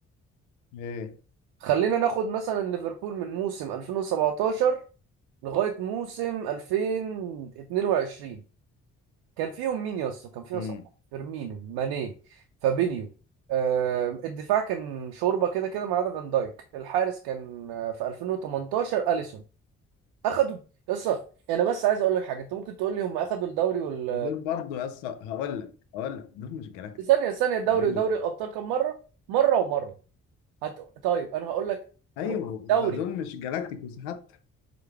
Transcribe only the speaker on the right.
خلينا ناخد مثلا ليفربول من موسم 2017 لغاية موسم 2022 كان فيهم مين يا اسطى كان فيها
صلاح فيرمينو ماني فابينيو آه الدفاع كان شوربة كده كده ما عدا فان دايك الحارس كان آه، في 2018 أليسون اخدوا يا اسطى انا بس عايز اقول لك حاجة انت ممكن تقول لي هم اخدوا الدوري وال
ثانية ثانية الدوري
ودوري الابطال كم مرة مرة ومرة هت... طيب انا هقول لك
هم الدوري